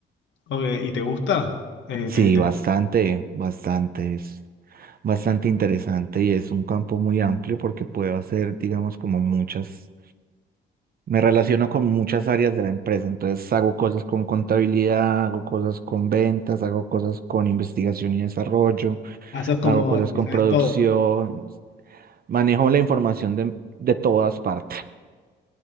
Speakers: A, on the left; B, on the right.
A: Ok, ¿y te gusta? Eh,
B: Sí,
A: te, te-
B: bastante, bastante, es bastante interesante y es un campo muy amplio porque puedo hacer, digamos, como muchas, me relaciono con muchas áreas de la empresa, entonces hago cosas con contabilidad, hago cosas con ventas, hago cosas con investigación y desarrollo,
A: Ah, sos como
B: hago cosas
A: el que
B: con
A: sabes
B: producción,
A: todo.
B: manejo la información de, de todas partes.